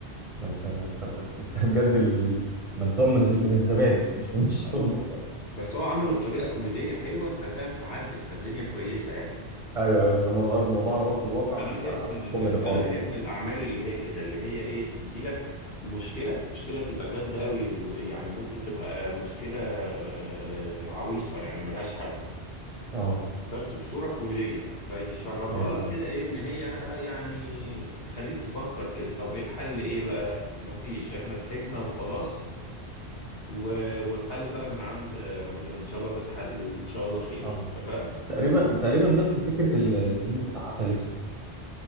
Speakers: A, on the right; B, on the left.
A: ده انت ده انت انت بجد ال- ملسوع من من الزبادي مش من <laughs> الشوربه
B: اه بس هو عمله بطريقة كوميدية حلوة ففاهم فعدت فالدنيا كويسة يعني
A: ايوه ايوه انما الارض موضوع على ارض الواقع
B: انا
A: بيبقى
B: احب ال...
A: مش كوميدي
B: انا
A: خالص
B: احب
A: يعني
B: الاعمال اللي هي كده اللي هي ايه تدي لك مشكلة مشكلة تبقى جد قوي ويعني ممكن تبقى مشكلة آه، عويصة يعني ملهاش حل
A: اه
B: بس بصورة كوميدية فيشربها
A: ايوه
B: لك
A: ايوه
B: كده ايه ان هي آه، يعني خليك تفكر كده طب ايه الحل ايه بقى مفيش احنا ضحكنا وخلاص و... والحل بقى من عند آه، ربنا ان شاء الله تتحل وان شاء الله خير
A: اه
B: أنت فاهم
A: تقريبا تقريبا نفس فكره ال- الفيلم بتاع عسل اسود